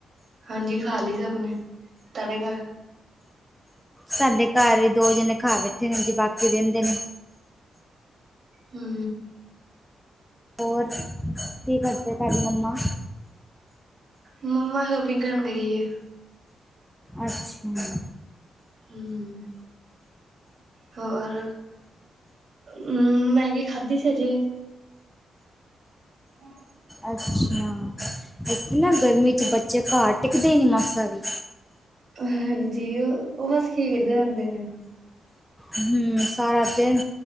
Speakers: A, on the right (about 50°); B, in the centre.
A: ਹਾਂਜੀ ਖਾ ਲੀ ਸਭ ਨੇ ਤਾਡੇ ਘਰ
B: ਸਾਡੇ ਘਾਰ ਵੀ ਦੋ ਜਣੇ ਖਾ ਬੈਠੇ ਨੇ ਜੀ ਬਾਕੀ ਰੇਂਦੇ ਨੇ
A: ਹੰ
B: ਰੋਰ ਕੀ ਕਰਦੇ ਤਾਡੀ ਮੰਮਾ
A: ਮੰਮਾ ਸ਼ੋਪਿੰਗ ਕਰਨ ਗਈ ਏ
B: ਅੱਛਾ
A: ਹੰ ਹੋਰ ਹਮ ਮੈਗੀ ਖਾਧੀ ਸੀ ਹਜੇ ਹਮ <unintelligible>
B: ਅੱਛਾ ਇਥੇ ਨਾ ਗਰਮੀ ਚ ਬੱਚੇ ਘਰ ਟਿਕਦੇ ਈ ਨਹੀਂ ਮਾਸਾ ਵੀ
A: ਹਾਂਜੀ ਉਹ ਉਹ ਬਸ ਖੇਡਦੇ ਰਹਿੰਦੇ ਨੇ
B: ਹਮ ਸਾਰਾ ਦਿਨ